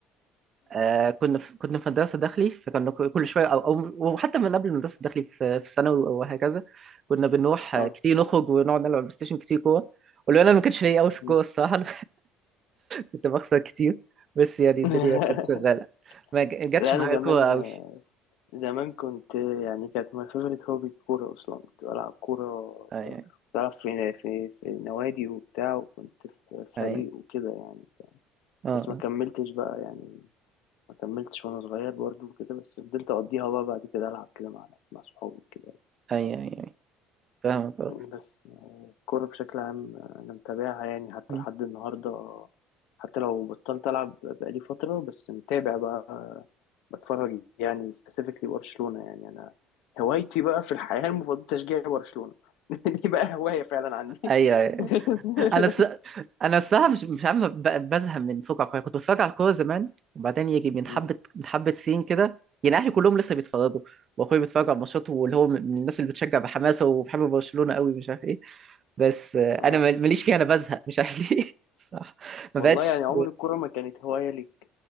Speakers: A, on the right; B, on the left.
A: آه كنا في كنا في مدرسه داخلي فكنا ك- كل شويه او او وحتى من قبل المدرسه الداخلي في في ثانوي وهكذا كنا بنروح
B: اه
A: آه، كتير نخرج ونقعد نلعب بلاي ستيشن كتير كوره ولو انا ما كانش ليا قوي في الكوره
B: مم.
A: الصراحه <laughs> أنا كنت بخسر كتير بس يعني الدنيا
B: <laughs>
A: كانت شغاله ما ج- جاتش
B: لا
A: معايا
B: أنا زمان
A: الكوره قوي
B: زمان كنت يعني كانت my favorite hobby الكورة أصلا كنت بلعب كورة
A: ايوه
B: كنت بلعب في في في نوادي وبتاع وكنت في
A: ايوه
B: فريق وكده يعني
A: اه
B: بس ما كملتش بقى يعني ما كملتش وأنا صغير برضو كده بس فضلت أقضيها بقى بعد كده ألعب كده مع مع صحابي كده
A: ايوه ايوه فاهمك اه
B: بس آه، الكورة بشكل عام آه، أنا متابعها يعني حتى
A: مم.
B: لحد النهاردة حتى لو بطلت ألعب بقالي فترة بس متابع بقى آه، بتفرج يعني سبيسيفيكلي برشلونة يعني أنا هوايتي بقى في الحياة المفضلة تشجيع برشلونة <laughs> دي بقى هواية فعلا عندي
A: ايوه ايوه
B: <laughs>
A: انا الس... انا الصراحه مش مش عارف ب- بزهق من فوق على الكوره كنت بتفرج على الكوره زمان وبعدين يجي من حبه
B: مم.
A: من حبه سنين كده يعني اهلي كلهم لسه بيتفرجوا واخويا بيتفرج على الماتشات واللي هو من من الناس اللي بتشجع بحماسه وبحب برشلونه قوي مش عارف ايه بس آه، انا
B: اه
A: مال- ماليش فيها انا بزهق مش عارف ليه <laughs> صح ما
B: والله
A: بقتش
B: يعني عمر الكورة ما كانت هواية لي